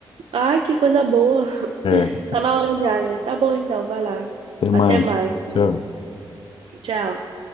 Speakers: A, on the right; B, on the left.
A: Ai, que coisa boa.
B: É.
A: <laughs> Tá na hora já, né? Tá bom então, vai lá.
B: Até
A: Até
B: mais.
A: mais.
B: Tchau.
A: Tchau.